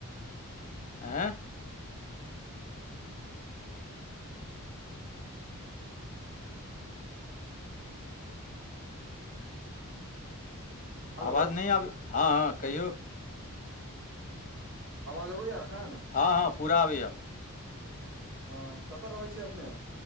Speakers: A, on the left; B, on the right.
A: आँ
B: हेलो
A: आवाज नहि आबै हँ हँ कहियौ।
B: आवाज अबैये एखन
A: हँ हँ पूरा आबैय यो
B: हँ कतय रहैत छियै अपने